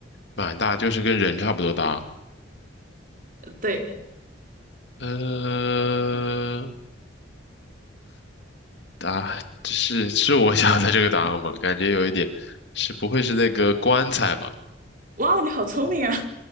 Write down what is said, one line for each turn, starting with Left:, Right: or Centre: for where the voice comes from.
Left: 蛮大，就是跟人差不多大。
Right: 呃对，
Left: 呃，答，这是是我想的这个答案吗？感觉有一点，是不会是那个棺材吧？
Right: 哇，你好聪明啊，